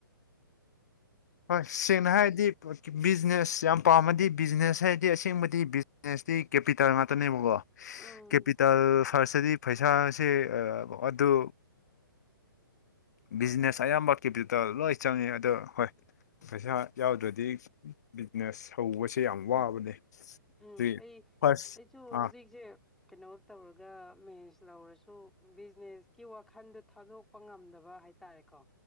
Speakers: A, on the left (about 50°); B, in the centre.
A: ꯍꯣꯏ ꯁꯦꯡꯅ ꯍꯥꯏꯔꯗꯤ ꯕꯤꯖꯤꯅꯦꯁ ꯌꯥꯝ ꯄꯥꯝꯃꯗꯤ ꯕꯤꯖꯤꯅꯦꯁ ꯍꯥꯏꯔꯗꯤ ꯑꯁꯦꯡꯕꯗꯤ ꯕꯤꯖꯤꯅꯦꯁ ꯀꯦꯄꯤꯇꯥꯜ ꯉꯥꯛꯇꯅꯦꯕꯀꯣ
B: ꯎꯝ
A: ꯀꯦꯄꯤꯇꯥꯜ ꯐꯔꯁꯇꯗꯤ ꯄꯩꯁꯥꯁꯦ ꯑꯗꯨ ꯕꯤꯖꯤꯅꯦꯁ ꯑꯌꯥꯝꯕ ꯀꯦꯄꯤꯇꯜ ꯂꯣꯏ ꯆꯪꯉꯦ ꯑꯗꯣ ꯍꯣꯏ ꯄꯩꯁꯥ ꯌꯥꯎꯗ꯭ꯔꯗꯤ ꯕꯤꯖꯤꯅꯦꯁ ꯍꯧꯕꯁꯦ ꯌꯥꯝ ꯋꯥꯕꯅꯦ
B: ꯎꯝ
A: ꯑꯗꯨꯒꯤ
B: ꯑꯩ
A: ꯐꯥꯔꯁ
B: ꯑꯩꯁꯨ
A: ꯑꯥ
B: ꯍꯧꯖꯤꯛꯁꯦ ꯀꯩꯅꯣ ꯇꯧꯔꯒ ꯃꯦꯟꯁ ꯂꯧꯔꯁꯨ ꯕꯤꯖꯤꯅꯦꯁꯀꯤ ꯋꯥꯈꯟꯗꯣ ꯊꯥꯗꯣꯛꯄ ꯉꯝꯗꯕ ꯍꯥꯏ ꯍꯥꯏꯇꯥꯔꯦꯀꯣ